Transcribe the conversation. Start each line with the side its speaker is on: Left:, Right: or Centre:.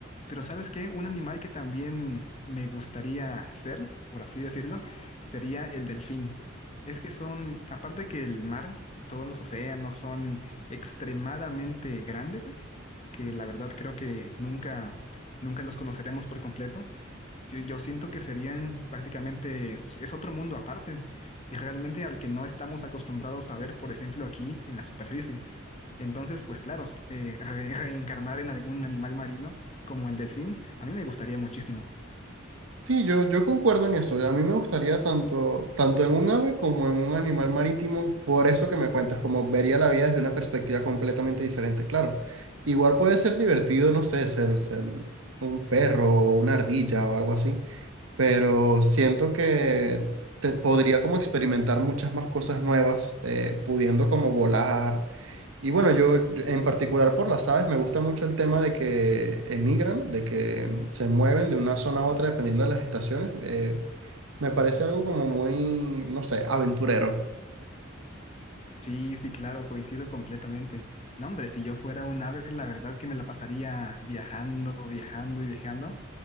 Left: Pero ¿sabes qué? Un animal que también me gustaría ser, por así decirlo, sería el delfín. Es que son, aparte que el mar, todos los océanos son extremadamente grandes, que la verdad creo que nunca, nunca los conoceremos por completo. Yo yo siento que serían prácticamente, es otro mundo aparte y realmente al que no estamos acostumbrados a ver, por ejemplo, aquí en la superficie. Entonces, pues claro, eh, re- reencarnar en algún animal marino como el delfín, a mí me gustaría muchísimo.
Right: Sí, yo, yo concuerdo en eso. A mí me gustaría tanto, tanto en un ave como en un animal marítimo, por eso que me cuentas, como vería la vida desde una perspectiva completamente diferente, claro. Igual puede ser divertido, no sé, ser, ser un perro o una ardilla o algo así, pero siento que te podría como experimentar muchas más cosas nuevas, eh, pudiendo como volar y bueno, yo en particular por las aves me gusta mucho el tema de que emigran, de que se mueven de una zona a otra dependiendo de las estaciones. Eh, me parece algo como muy, no sé, aventurero,
Left: Sí, sí, claro, coincido completamente. No, hombre, si yo fuera un ave, la verdad que me la pasaría viajando, viajando y viajando